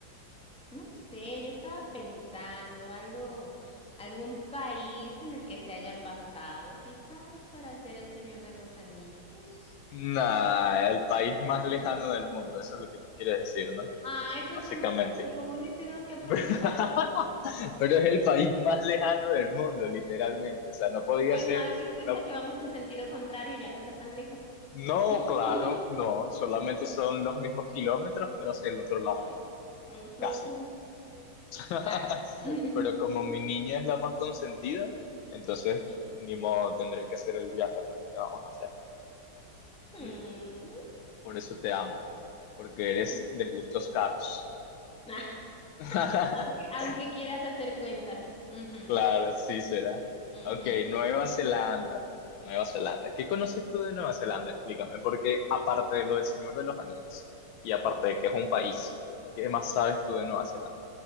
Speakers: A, in the centre; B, on the left (about 75°).
A: No sé, yo estaba pensando algo, algún país en el que se hayan basado, quizás para hacer El Señor de los Anillos.
B: Nah, el país
A: mm,
B: más lejano del mundo, eso es lo que tú quieres decir, ¿no?
A: Ay, pues
B: Básicamente.
A: son vacaciones, tenemos que aprovechar.
B: <laughs> Pero es el
A: Sí.
B: país más lejano del mundo, literalmente. O sea, no podía
A: Bueno,
B: ser,
A: haz de cuenta
B: no,
A: que vamos en sentido contrario, ya no está tan lejos.
B: no,
A: <laughs>
B: claro, no, solamente son los mismos kilómetros, pero hacia el otro
A: Ay,
B: lado,
A: mm, pues
B: casi.
A: sí,
B: <laughs>
A: casi. <laughs>
B: Pero como mi niña es la más consentida, entonces
A: Sí.
B: ni modo, tendré que hacer el viaje, pues, ¿qué vamos a hacer?
A: Mm,
B: ¿Mm? Por eso te amo, porque eres
A: yo también.
B: de gustos caros.
A: <laughs>
B: <laughs>
A: <laughs> Aunque quieras hacer cuentas. Ujú,
B: Claro, sí será.
A: ujú.
B: Ok, Nueva Zelanda. Nueva Zelanda. ¿Qué conoces tú de Nueva Zelanda? Explícame, porque aparte de lo del Señor de los Anillos y aparte de que es un país, ¿qué más sabes tú de Nueva Zelanda?